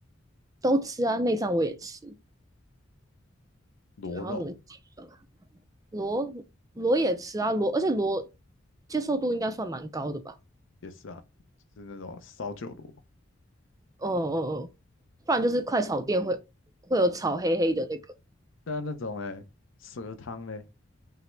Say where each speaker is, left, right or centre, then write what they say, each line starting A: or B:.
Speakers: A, on the right; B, on the left.
A: 都吃啊，内脏我也吃，
B: 螺肉
A: 然后什么鸡粉啊螺螺也吃啊，螺而且螺接受度应该算蛮高的吧？
B: 也是啊，就是那种烧酒螺，
A: 哦哦哦，不然就是快炒店会会有炒黑黑的那个
B: 但那种哎，蛇汤嘞，